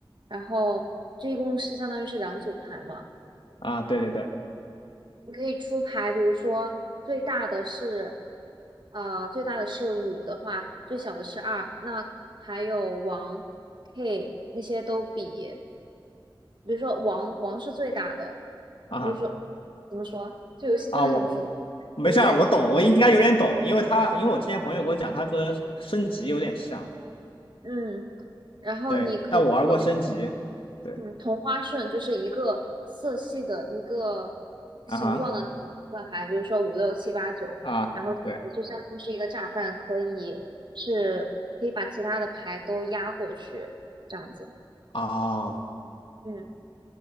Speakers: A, on the right; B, on the left.
A: 然后这一共是相当于是两组牌嘛。
B: 啊。对对对，
A: 你可以出牌，比如说最大的是，呃，最大的是五的话，最小的是二，那还有王、K 那些都比，比如说王王是最大的，
B: 啊哈
A: 比如说怎么说，这游戏真的很复杂
B: 啊，我没事儿，
A: 我有点
B: 我懂，我应该有点懂，因为他因为我之前朋友跟我讲，他和升级有点像，
A: 嗯，然后你可以有那。
B: 对，但我玩过升级，对
A: 嗯，同花顺就是一个色系的一个形状的那一个分牌，
B: 啊哈
A: 比如说五六七八九，
B: 啊对
A: 然后这个就相当于是一个炸弹，可以是可以把其他的牌都压过去，这样子。
B: 啊，
A: 嗯